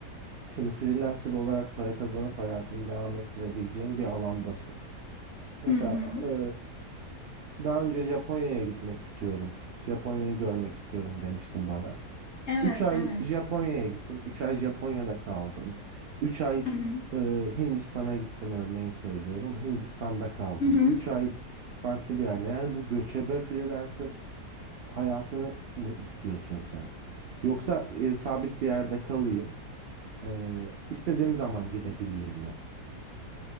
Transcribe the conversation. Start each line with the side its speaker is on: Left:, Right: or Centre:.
Right: Şimdi freelancer olarak para kazanıp hayatını devam ettirebileceğin bir alandasın. Mesela
Left: Hı hı.
Right: e, Daha önce Japonya'ya gitmek istiyorum. Japonya'yı görmek istiyorum demiştin bana.
Left: Evet,
Right: 3 ay
Left: evet.
Right: Japonya'ya gittin. 3 ay Japonya'da kaldın. 3 ay
Left: Hı hı.
Right: e, Hindistan'a gittin örneğin söylüyorum. Hindistan'da kaldın.
Left: Hı hı.
Right: 3 ay farklı bir yerde. Yani bu göçebe freelancer hayatını mı istiyorsun sen? Yoksa e, sabit bir yerde kalayım. E, istediğim zaman gidebileyim mi?